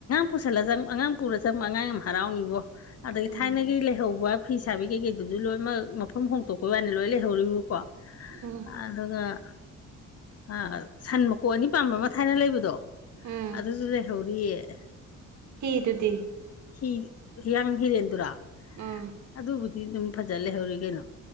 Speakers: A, on the left; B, on the right.
A: ꯄꯁꯜꯂ ꯑꯉꯥꯡ ꯄꯨ ꯆꯞ ꯃꯉꯥ ꯌꯥꯝ ꯍꯔꯥꯎꯅꯤꯕꯣ ꯑꯗꯒꯤ
B: ꯎꯝ
A: ꯊꯥꯏꯅꯒꯤ ꯂꯩꯍꯧꯕ ꯐꯤ ꯁꯥꯕꯤ ꯀꯩꯀꯩꯗꯨꯁꯨ ꯂꯣꯏꯅꯃꯛ ꯃꯐꯝ ꯍꯣꯡꯇꯣꯛꯄꯩ ꯋꯥꯅꯤ ꯂꯣꯏ ꯂꯩꯍꯧꯔꯤꯕ ꯀꯣ
B: ꯎꯝ
A: ꯑꯗꯨꯒ ꯑ ꯁꯟ ꯃꯀꯣꯛ ꯑꯅꯤ ꯄꯥꯝꯕ ꯑꯃ ꯊꯥꯏꯅ ꯂꯩꯕꯗꯣ
B: ꯎꯝ
A: ꯑꯗꯨꯁꯨ ꯂꯩ ꯍꯧꯧꯔꯤꯑꯦ
B: ꯍꯤꯗꯨꯗꯤ
A: ꯍꯤꯌꯥꯡ ꯍꯤꯔꯦꯟꯗꯨꯔꯥ
B: ꯎꯝ
A: ꯑꯗ ꯗꯤ ꯑꯗꯨꯝ ꯐꯖ ꯂꯩꯍꯧꯔꯤ ꯀꯩꯅꯣ